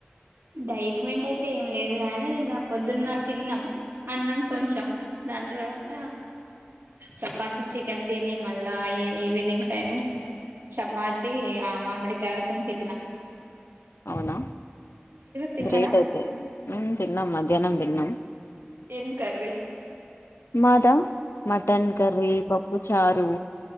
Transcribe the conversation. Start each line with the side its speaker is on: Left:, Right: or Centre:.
Right: డైట్ మెంట్ అయితే ఏం లేదు గానీ ఇ పొద్దున్న తిన్నా అన్నం కొంచెం దాని తర్వాత చపాతి చికెన్ తిని మ ఈవినింగ్ టైమ్ చపాతి ఆ మామిడి కాయ రసం తిన్న
Left: అవునా
Right: తిన్నరా
Left: గ్రేట్ అయితే మేము తిన్నాం మధ్యాహ్నం తిన్నాం
Right: ఏం కర్రీ
Left: మాదా మటన్ కర్రీ పప్పు చారు